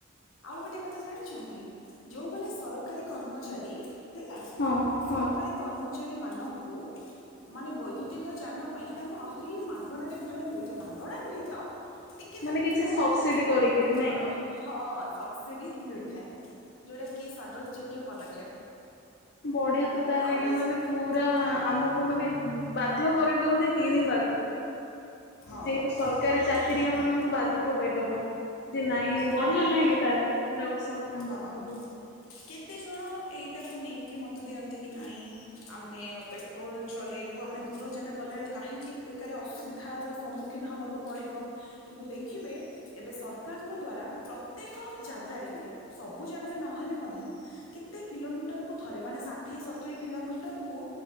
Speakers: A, on the left; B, on the left.
A: ଆଉ ଗୋଟେ କଥା ଜାଣିଛନ୍ତି। ଯୋଉମାନେ ସରକାରୀ କର୍ମଚାରୀ ହେଲା
B: ହଁ
A: ସରକାରୀ
B: ହଁ
A: କର୍ମଚାରୀମାନଙ୍କୁ। ମାନେ ବୈଦ୍ୟୁତିକ ଯାନ ପାଇଁ ତାଙ୍କୁ ଆହୁରି ମାଗଣାରେ ଭଳିଆ ମିଳିଥାଏ ମାଗଣା ନୁହେଁ ତ ଟିକେ ତାଙ୍କୁ
B: ମାନେ କିଛି
A: କମ୍
B: ସବସିଡି କରିକିରି
A: ଦର।
B: ନାଇଁ କି?
A: ହଁ ସବସିଡ଼ି ମିଳିଥାଏ ଯଉଟାକି ସାଗଦ ଯୋଗ୍ୟ ପଦକ୍ଷେପ।
B: ବଢିଆ ତ ତାହେଲେ
A: ଆହୁରି
B: ଏଇଟା ମାନେ ପୁରା
A: ହଁ
B: ଆମ କୁ ମାନେ ବାଧ୍ୟ କରେଇଦଉଛି କିଣିବାକୁ।
A: ହଁ
B: ଯେହେତୁ ସରକାରୀ ଚାକିରିଆ
A: ନିହାତି
B: ମାନଙ୍କୁ ବାଧ୍ୟ କରେଇଦବ। ଦେ ନାଇଁ ବଢିଆ
A: ହଁ
B: ନାଇଁ କି ତାହେଲେ ଏଇଟା ଗୋଟେ ସରକାରଙ୍କର
A: ହଁ
B: ପଦକ୍ଷେପ।
A: କେତେ ଜଣ ଏଇଟାକୁ ନେଇକି ମତ ଦିଅନ୍ତି କି ନାଇଁ ଆମେ ଅପ୍ ଟ୍ରୋଲ୍ ଚଲେଇବୁ ଆମେ ଦୂର ଜାଗା ଗଲାବେଳେ କାହିଁକି ବେକାରେ ଅସୁବିଧାର ସମ୍ମୁଖୀନ ହେବାକୁ ପଡ଼ିବ। କିନ୍ତୁ ଦେଖିବେ ଏବେ ସରକାରଙ୍କ ଦ୍ଵାରା ପ୍ରତ୍ୟେକ ଜାଗାରେ ମାନେ ସବୁ ଜାଗାରେ ନହେଲେ ମଧ୍ୟ କେତେ କିଲୋମିଟର କୁ ଥରେ ମାନେ ଷାଠିଏ ସତୁରୀ କିଲୋମିଟର କୁ